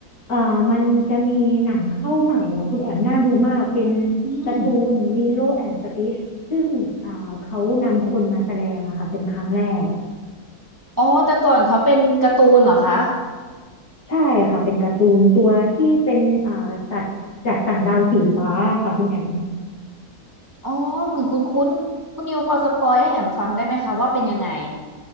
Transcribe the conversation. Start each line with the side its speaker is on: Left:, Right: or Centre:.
Left: เอ่อมันจะมีหนังเข้าใหม่อ่ะคุณแอมน่าดูมากเป็น
Right: อืม
Left: การ์ตูนลีโลแอนด์สติชซึ่งอ่าเขานำคนมาแสดงอะค่ะเป็นครั้งแรก
Right: อ๋อแต่ก่อนเขาเป็นการ์ตูนเหรอคะ
Left: ใช่ค่ะเป็นการ์ตูนตัวที่เป็นเอ่าสัตว์จากต่างดาวสีฟ้าค่ะคุณแอม
Right: อ๋อเหมือนคุ้นคุ้นคุณนิวพอสปอยให้แอมฟังได้ไหมคะว่าเป็นยังไง